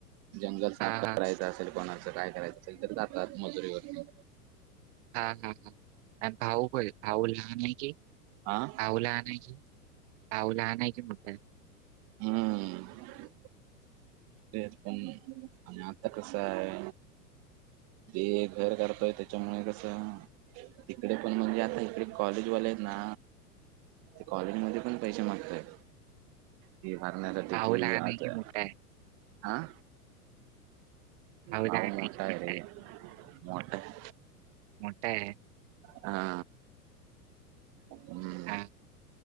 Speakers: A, on the right; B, on the right.
A: जंगल साफ
B: हा
A: करायचं
B: हा
A: असेल, कोणाचं काय करायचं असेल. तर जातात मजुरी वरती.
B: हा हा हा. आणि भाऊ प भाऊ लहान आहे की?
A: हा
B: भाऊ लहाने की, भाऊ लहाने की मोठाय?
A: हम्म. तेच त म. आणि आता कसाय? ते घर करतोय त्याच्यामुळे कसं? तिकडे पण म्हणजे, आता इकडे कॉलेजवालेयेत ना. ते कॉलेज मध्ये पण पैसे मागताय. फी भरण्यासाठी
B: भाऊ
A: कि.
B: लहान
A: आता
B: आहे की मोठा आहे
A: आ. भाऊ
B: लहान
A: मोठाय
B: आहे की मोठा
A: रे
B: आहे
A: मोठाय.
B: मोठाये.
A: हा. हम्म.
B: हा.